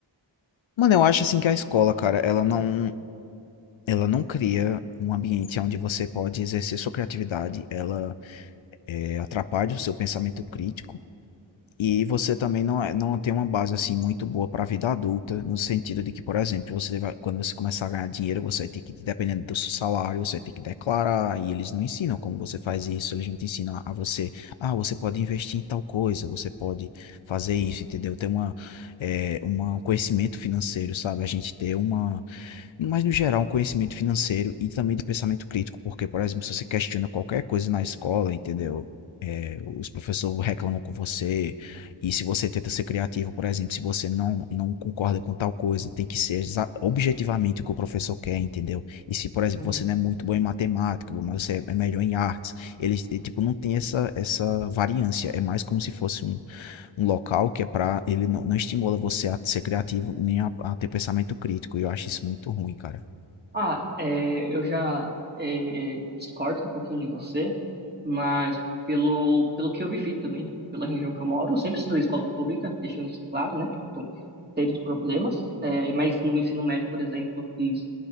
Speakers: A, on the left (about 75°); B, on the right (about 20°).
A: Mano, eu acho assim que a escola, cara, ela não, ela não cria um ambiente onde você pode exercer sua criatividade, ela eh, atrapalha o seu pensamento crítico. E você também não, é, não tem uma base assim muito boa para a vida adulta, no sentido de que, por exemplo, você vai, quando você começar a ganhar dinheiro, você vai ter que, dependendo do seu salário, você vai ter que declarar, e eles não ensinam como você faz isso, eles não te ensinam a você, ah, você pode investir em tal coisa, você pode fazer isso, entendeu? Ter uma, é, uma- um conhecimento financeiro, sabe? A gente ter uma, mas no geral, um conhecimento financeiro e também de pensamento crítico, porque, por exemplo, se você questiona qualquer coisa na escola, entendeu? Os professores reclamam com você. E se você tenta ser criativo, por exemplo, se você não, não concorda com tal coisa, tem que ser exa- objetivamente o que o professor quer, entendeu? E se, por exemplo,
B: Uhum.
A: você não é muito bom em matemática, mas você é é melhor em artes, ele, eh, tipo, não tem essa, essa variância. É mais como se fosse um, um local que é para ele não, não estimula você a ser criativo nem a, a ter pensamento crítico. E eu acho isso muito ruim, cara.
B: Ah, é, eu já é, discordo um pouquinho de você, mas pelo, pelo que eu vivi também, tipo, pela região que eu moro, eu sempre estudei em escola pública, deixando isso claro, né? Tipo, então, sei dos problemas, é, mas no meu ensino médio, por exemplo, eu fiz